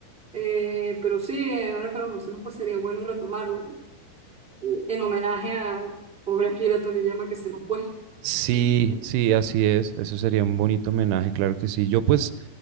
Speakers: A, in the centre; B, on the right.
A: Eh, pero sí, eh, ahora que lo mencionas, pues sería bueno retomarlo eh, en homenaje a pobre Akira Toriyama que se nos fue.
B: Sí,
A: Se nos fue.
B: sí, así es. Eso sería un bonito homenaje, claro que sí. Yo pues